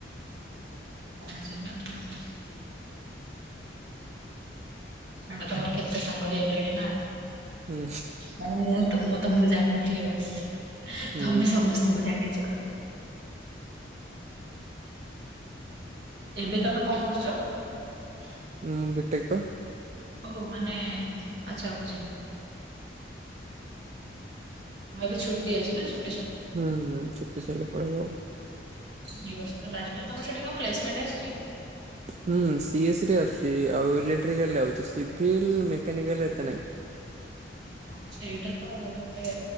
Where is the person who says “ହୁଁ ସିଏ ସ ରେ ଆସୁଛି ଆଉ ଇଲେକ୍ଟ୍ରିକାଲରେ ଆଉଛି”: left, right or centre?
Right